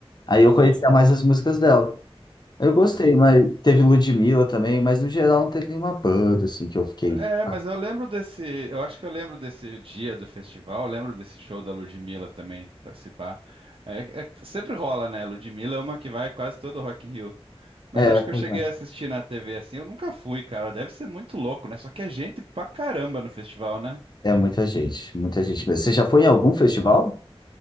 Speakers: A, on the left; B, on the right.
A: aí eu
B: sim,
A: conhecia mais as músicas dela. Eu gostei,
B: pode crer.
A: mas teve Ludmilla também, mas no geral não teve nenhuma banda, assim, que eu fiquei...
B: É,
A: ah,
B: mas eu lembro desse, eu acho que eu lembro desse dia do festival, eu lembro desse show da Ludmilla também, tá, se pá. É, é- sempre rola, né? Ludmilla é uma que vai quase todo Rock in Rio. Mas
A: É,
B: acho que
A: pois
B: eu cheguei
A: é.
B: a assistir na TV assim. Eu nunca fui, cara. Deve ser muito louco, né? Só que é gente pra caramba no festival, né?
A: É muita gente, muita gente mesmo. Você já foi em algum festival?